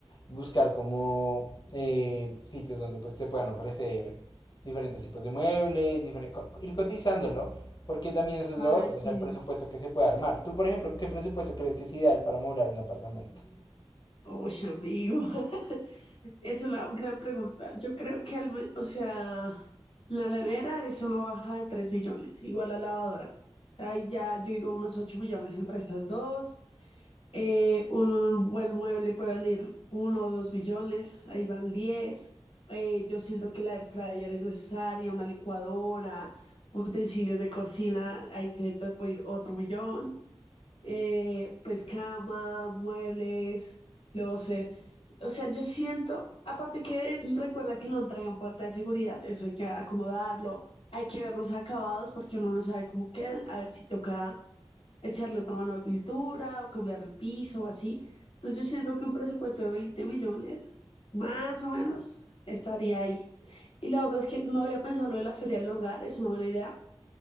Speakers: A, on the left (about 50°); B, on the left (about 75°).
A: buscar como eh, sitios donde pues se puedan ofrecer diferentes tipos de muebles, diferentes, ir cotizándolo, porque también eso es
B: Ay,
A: lo otro, o sea,
B: sí.
A: el presupuesto que se puede armar. Tú, por ejemplo, ¿qué presupuesto crees que es ideal para moblar un apartamento?
B: Oye, amigo, <laughs> es una gran pregunta. Yo creo que, al, me- o sea, la nevera es una baja de 3 millones, igual la lavadora. O sea, ahí ya yo digo unos 8 millones entre esas dos. Eh, un buen mueble puede valer uno o dos millones, ahí van diez. Eh, yo siento que la air fryer es necesaria, una licuadora, utensilios de cocina, ahí se te puede ir otro millón. Eh, pues cama, muebles, closet. O sea, yo siento, aparte que recuerda que lo entregan puerta de seguridad, eso hay que acomodarlo, hay que ver los acabados porque uno no sabe cómo quedan, a ver si toca echarle otra mano de pintura o cambiar el piso o así. Entonces yo siento que un presupuesto de 20 millones, más o menos, estaría ahí. Y la otra es que no había pensado lo de la feria del hogar, es una buena idea.